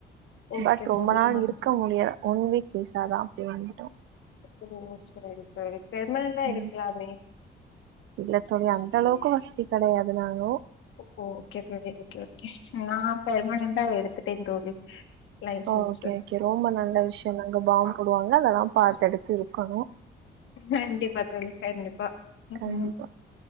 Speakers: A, on the left (about 75°); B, on the right (about 75°).
A: ஓகே
B: பட் ரொம்ப
A: தோழி
B: நாள்
A: ஆ
B: இருக்க முடியல ஒன் வீக் விசாதா அப்டி வந்துட்டோ
A: ஓ சேரி தோழி பெர்மனன்டா
B: ம்
A: எடுக்லாமே
B: இல்ல தோழி அந்த அளவுக்கு வசதி கெடையாது நாங்கோ
A: ஓ ஓகே தோழி ஓகே ஓகே நா பெர்மனன்ட்டா எடு த்துட்டே தோழி லைசன்ஸு
B: ஓ ஓகே ஓகே ரொம்ப நல்ல விஷ்யொங்க அங்க பாம் போடுவாங்க அதெல்லா பாத்தெடுத்து இருக்கனு
A: கண்டிப்பா தோழி கண்டிப்பா ம்
B: கண்டிப்பா